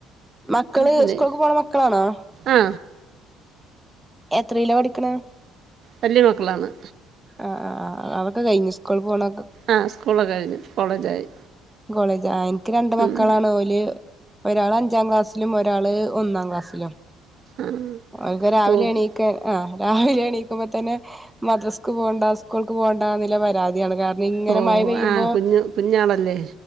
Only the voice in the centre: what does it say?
മക്കള്
സ്കൂൾക്ക് പോണ മക്കളാണോ?
എത്രയില പഠിക്കണേ
അഹ് അഹ് അതൊക്കെ കഴിഞ്ഞ് സ്കൂൾ പോണ
കോളജ് ആയി. എനിക്ക് രണ്ട് മക്കളാണ്.
ഓല് ഒരാള് അഞ്ചാം ക്ലാസ്സിലും. ഒരാള് ഒന്നാം ക്ലാസ്സിലും.
ഓനൊക്കെ രാവിലെ
എണീക്കാൻ. അ രാവിലെ എണീ ക്കുമ്പോ തന്നെ മദ്രസക്ക് പോണ്ടാ സ്കൂൾക്ക് പോണ്ടാന്നി ള്ളെ പരാതിയാണ്. കാര ഇങ്ങനെ
മഴ പെയ്യുമ്പോ